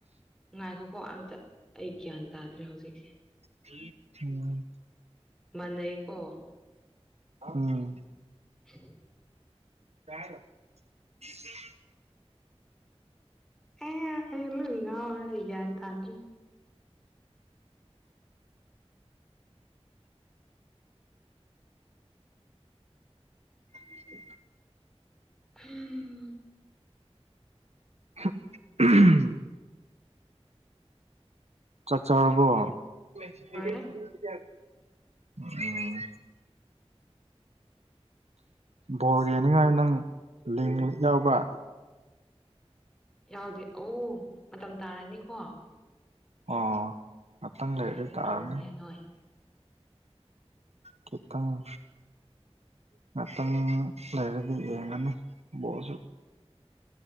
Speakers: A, in the centre; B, on the right.
A: ꯉꯥꯏꯈꯣꯀꯣ ꯑꯝꯇ ꯑꯩ ꯒ꯭ꯌꯥꯟ ꯇꯥꯗ꯭ꯔꯦ ꯍꯧꯖꯤꯛꯁꯦ
B: <unintelligible>
A: ꯃꯥꯅꯩꯀꯣ
B: ꯎꯝ
A: <unintelligible>
B: <unintelligible>
A: <unintelligible> ꯉꯥꯎꯔꯦ ꯑꯩ ꯒ꯭ꯌꯥꯟ ꯇꯥꯗ꯭ꯔꯤ
B: <unintelligible>
A: ꯍꯝ
B: <unintelligible> ꯆꯥꯛ ꯆꯥꯔꯕꯣ <unintelligible>
A: ꯂꯣꯏꯔꯦ
B: ꯎꯝ ꯕꯣꯜ ꯌꯦꯡꯅꯤꯉꯥꯏ ꯅꯪ ꯂꯤꯡ ꯗꯤ ꯌꯥꯎꯕ꯭ꯔꯥ
A: ꯌꯥꯎꯗꯦ ꯑꯧ ꯃꯇꯝ ꯇꯥꯔꯅꯤꯀꯣ
B: ꯑꯣ ꯉꯥꯛꯇꯪ
A: ꯎꯝ
B: ꯂꯩꯔꯗꯤ
A: ꯌꯦꯡꯅꯤꯡꯔꯝꯃꯅꯤ
B: ꯇꯥꯔꯅꯤ
A: ꯅꯣꯏ
B: ꯈꯤꯇꯪ ꯉꯥꯇꯪ ꯂꯩꯔꯗꯤ ꯌꯦꯡꯉꯅꯤ ꯕꯣꯜꯁꯨ